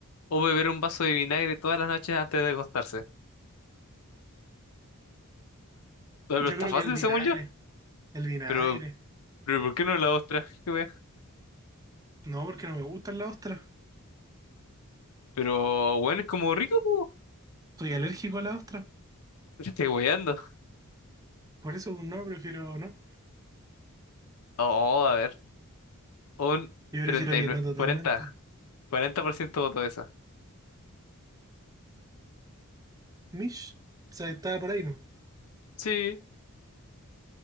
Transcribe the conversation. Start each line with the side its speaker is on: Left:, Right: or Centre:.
Left: o beber un vaso de vinagre todas las noches antes de acostarse? No, Pero
Right: Yo
Left: está
Right: creo
Left: fácil,
Right: que el vinagre.
Left: según yo,
Right: El vinagre.
Left: pero, pero ¿por qué no la ostra? Qué wea.
Right: No, porque no me gustan las ostras.
Left: Pero, bueno, es como rico, pues,
Right: Soy alérgico a las ostras.
Left: te estoy weando.
Right: Por eso no, prefiero no.
Left: Oh, a ver. Un
Right: Yo prefiero que no totalmente.
Left: 39, 40, 40% voto esa.
Right: Mish. O sea, estaba por ahí, ¿no?
Left: Sí,